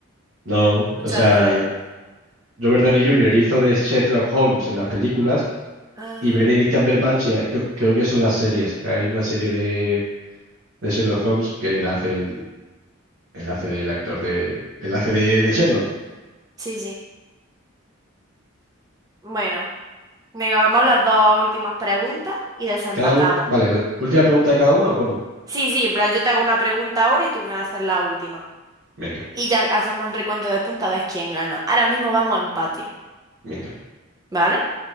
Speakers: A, on the right; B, on the right.
A: No,
B: muchos
A: o sea,
B: actores.
A: Robert Downey Jr. hizo de Sherlock Holmes en las películas,
B: Ah,
A: y Benedict Cumberbatch eh, creo, creo que son las series. Hay una serie de, de Sherlock Holmes que él hace el, él hace del actor de, él hace de, de Sherlock.
B: sí, sí. Bueno, venga, vamos las dos últimas preguntas y desempatamos.
A: Cada uno, vale, la última pregunta de cada uno, ¿o ¿cómo?
B: Sí, sí, en plan, yo te hago una pregunta ahora y tú me haces la última.
A: Venga,
B: Y ya hacemos el recuento de punta a ver quién gana. Ahora mismo vamos a empate,
A: venga.
B: ¿vale?